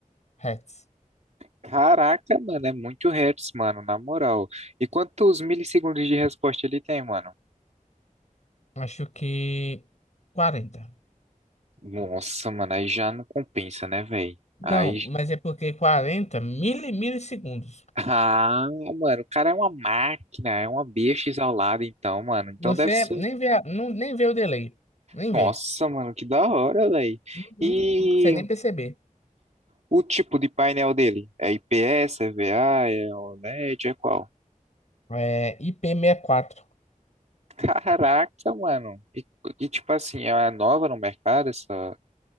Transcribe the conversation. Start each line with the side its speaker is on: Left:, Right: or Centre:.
Left: Hz.
Right: Caraca, mano, é muito hertz, mano, na moral. E quantos milissegundos de resposta ele tem, mano?
Left: Acho que 40.
Right: Nossa, mano, aí já não compensa, né, velho?
Left: Não,
Right: Aí.
Left: mas
Right: <laughs>
Left: é porque quarenta mili, milissegundos.
Right: Ah, mano, o cara é uma máquina, é uma bicha exaulada, então, mano. Então
Left: Você
Right: deve ser.
Left: nem vê, a- não, nem vê o delay. Nem
Right: Nossa,
Left: vê.
Right: mano, que da hora, velho.
Left: Uhum,
Right: E
Left: Não consegue nem perceber.
Right: o tipo de painel dele? É IPS, é VA, é OLED, é qual?
Left: É ip quatro.
Right: <laughs> Caraca, mano. E, e, tipo assim, é nova no mercado essa,